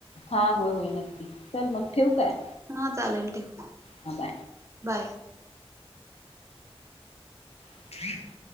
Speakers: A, on the left (about 80°); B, on the right (about 25°).
A: हा होय होय नक्की चल मग ठेवू काय.
B: हा चालेल ठेव
A: हा बाय.
B: बाय.
A: <unintelligible>